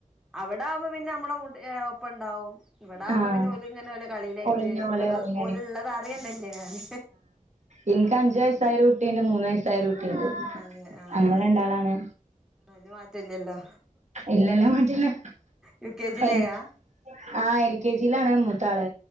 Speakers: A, in the centre; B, on the right.
A: അവിടെ ആവുമ്പോ പിന്നെ നമ്മള മു ഒപ്പണ്ടാവും ഇവിടെവുമ്പോ
B: ആഹ്
A: പിന്നെ ഓലി ഇങ്ങനെ ഓലെ കളിയിലായിട്ട്
B: ഒളിഞ്ഞ പോലെ
A: ഇവിടെ
B: കളിയും
A: ഓലള്ളത് അറിയന്നല്ല ഞാന്
B: എനിക്ക് അഞ്ചു വയസ്സായരു കുട്ടിണ്ട് മൂന്ന വയസായരു കുട്ടിണ്ട്
A: അതെ ആഹ്
B: അങ്ങനെ രണ്ടാളാണ്
A: വല്യ മാറ്റല്ലല്ലോ
B: ഇല്ലെല്ലാ മാറ്റുന്ന
A: യു കെ ജിയിലേക്കാ
B: ഏ <unintelligible> ആഹ് എൽ കെ ജിയിലാണ് മൂത്താള്